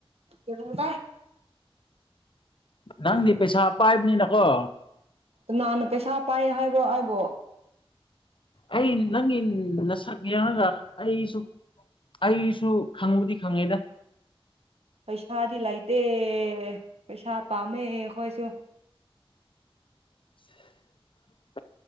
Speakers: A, on the right (about 85°); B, on the left (about 55°).
A: ꯈꯪꯗꯦ
B: ꯅꯪꯗꯤ ꯄꯩꯁꯥ ꯄꯥꯏꯕꯅꯤꯅꯀꯣ
A: ꯀꯅꯥꯥꯅ ꯄꯩꯁꯥ ꯄꯥꯏ ꯍꯥꯏꯕ꯭ꯔꯣ ꯑꯩꯕꯣ
B: ꯑꯩ ꯅꯪꯒꯤ ꯅ ꯁꯛ ꯌꯦꯡꯉꯒ ꯑꯩꯁꯨ ꯑꯩꯁꯨ ꯈꯪꯕꯨꯗꯤ ꯈꯪꯉꯦꯗ
A: ꯄꯩꯁꯥꯗꯤ ꯂꯩꯇꯦ ꯄꯩꯁꯥ ꯄꯥꯝꯃꯦ ꯑꯩꯈꯣꯏꯁꯨ
B: <inaudible>